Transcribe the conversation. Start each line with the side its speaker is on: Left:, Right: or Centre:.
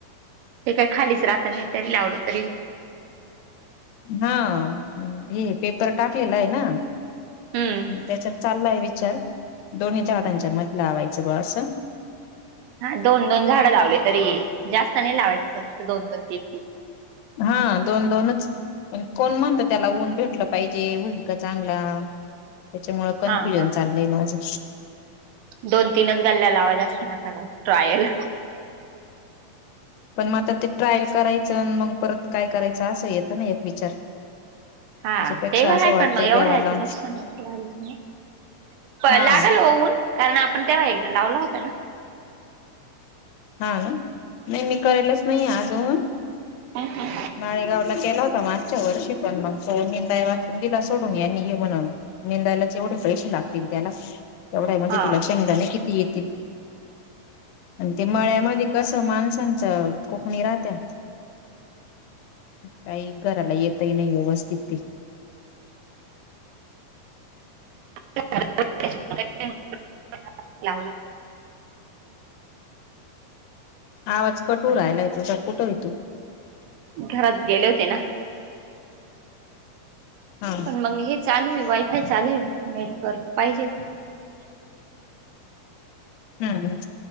Right: ते काय खालीच राहत नाही तरी लावलं तरी
Left: हा भी पेपर टाकलेला आहे ना
Right: हम्म
Left: त्याच्यात चाललाय विचार दोन्ही जाडांच्या मध लावायचं बुवा असं
Right: हा दोन दोन झाडं लावले तरी जास्त नाही लावायचे फक्त दोन दोन तीन तीन
Left: हा दोन दोनच पण कोण म्हणत त्याला ऊन भेटलं पाहिजे होईल का चांगला त्याच्यामुळे कन्फ्युजन
Right: हा हा
Left: चाललंय माझं
Right: दोन तीनच गल्ल्याला आवाज असत नका ट्रायल
Left: पण मग आता ते ट्रायल करायचं मग परत काय करायचं असं येतं ना एक विचार
Right: हा
Left: त्याच्यापेक्षा
Right: तेव्हा
Left: असं
Right: आहे
Left: वाटतंय
Right: पण मग एवढं
Left: देवाला
Right: यायचं नुकसान नक व्हायच
Left: हा
Right: लागल होऊन कारण आपण तेव्हा एकदा लावला होता ना
Left: हा ना नाही मी करायलाच नाही आजऊ.
Right: हं हं.
Left: नाळेगावला केला होता मागच्या वर्षी. पण मग सो निंदाया वा तिला सोडून यांनी म्हणून निंदायला. जेवढे पैसे लागतील त्याला तेवढा मध्ये
Right: हा
Left: तुला शेंदाणे किती येतील. आणि ते मळ्यामध्ये कस माणसांच कोकणी राहत्या. काही कराला येतही नाही व्यवस्थित ते.
Right: <unintelligible> लावलं
Left: आवाज कट होऊ राहिला तुझा कुठे तू?
Right: घरात गेले होते ना.
Left: हा
Right: पण मग हे चालू आहे वायफाय चालू आहे नेटवर्क पाहिजे.
Left: हम्म